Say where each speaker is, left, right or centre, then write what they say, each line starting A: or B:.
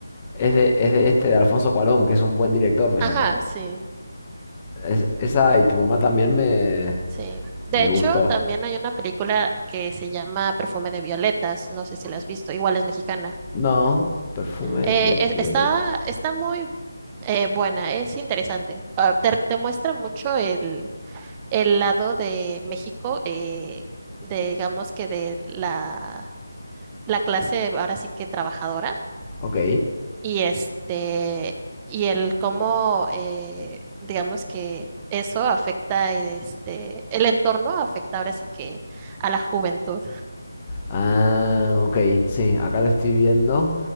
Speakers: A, on the left (about 25°); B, on the right (about 20°).
A: Es de, es de este de Alfonso Cuarón, que es un buen director mexicano.
B: Ajá, sí,
A: Es- esa y tu mamá también me,
B: sí. De
A: me
B: hecho,
A: gustó.
B: también hay una película que se llama Perfume de Violetas. No sé si la has visto, igual es mexicana.
A: No, perfume
B: Eh,
A: de
B: es-
A: violetas.
B: está, está muy eh, buena, es interesante. Ah, te, te muestra mucho el, el lado de México, eh, de, digamos que de la, la clase ahora sí que trabajadora,
A: Ok.
B: y este, y el cómo, eh, digamos que eso afecta este, el entorno afecta ahora sí que a la juventud.
A: Ah, ok, sí, acá lo estoy viendo.